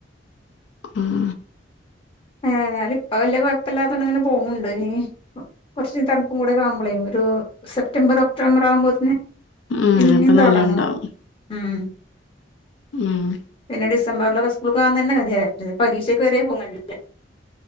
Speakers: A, on the left (about 75°); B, on the left (about 30°).
A: ഉം
B: ഏതായാലും ഇപ്പ വെല്യ കൊഴപ്പല്ലാത്തൊണ്ട് അങ്ങനെ പോവ്ണ്ട് ഇഞ്ഞി കൊർച്ച് തണുപ്പും കൂടെക്കെ ആവുമ്പളേയ് ഒരു സെപ്റ്റംബർ, ഒക്ടോബർ ആവുമ്പോത്ത്ന്
A: ഉം
B: പിന്നിം
A: അപ്പൊ
B: തൊടങ്ങും
A: നല്ലോണ്ടാവും
B: ഉം
A: ഉം
B: പിന്നെ ഡിസംബർലൊക്കെ സ്കൂൾക്ക് പോവാൻ തെന്നെ കെത്യെട്ട് പരീക്ഷക്ക് വരെ പോകാൻ കജ്ജുലാ.